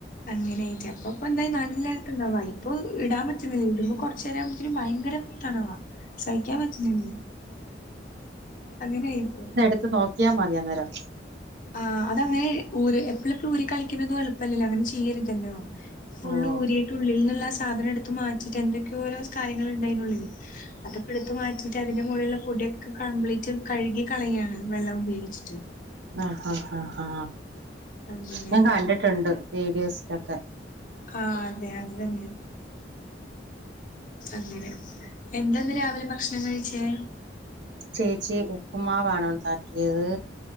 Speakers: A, on the left; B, on the right.
A: അങ്ങനെയായിട്ട് അപ്പ ഇപ്പൊ എന്തായ നല്ലായിത്തണ്ടാവ ഇപ്പ വൈപ്പ് ഇടാൻ പറ്റുന്നില്ല ഇടുമ്പോ കുറച്ചുരാവുമ്പോഴത്തേക്കും ഭയങ്കര ത്തണവാ സഹിക്കാൻ പറ്റുന്നില്ലേ അങ്ങനെ ആയിപ്പോ
B: ത്ത് നോക്കിയാ മതി അന്നേരം
A: ആഹ് അത അങ്ങനെ ഊര എപ്പളും എപ്പളും ഊരിക്കളിക്കുന്നതും എളുപ്പല്ലല്ലോ അങ്ങനെ ചി ചെയ്യരുതല്ലോ ഫുൾ
B: ഓഹ്
A: ഊരി ഉള്ളിൽ നിന്നുള്ള ആഹ് സാധനം എടുത്ത് മാറ്റിട്ട് എന്തൊക്കെയോ ഓരോ കാര്യങ്ങൾ ഉണ്ടയ്നുള്ളില് അതൊപക്കെ എടുത്തത്ത് മാറ്റിയിട്ട് അതിന്റെ മുകളിലുള്ള പൊടിയൊക്കെ കംപ്ലീറ്റ് കഴുകി കളയണം വെള്ളം ഉപയോഗിച്ചിട്ട്
B: ആഹ് ആഹ് ആഹ് ഹാ
A: അങ്ങനെയത്
B: ഞാൻ കണ്ടിട്ടുണ്ട് വീഡിയോസിലൊക്കെ
A: ആഹ് അതെ അത് തന്നെ അങ്ങനെ എന്തന്ന് രാവിലെ ഭക്ഷണം കഴിച്ചേ
B: ചേച്ചി ഉപ്പുമാവാണ് ഉണ്ടാക്കിയത്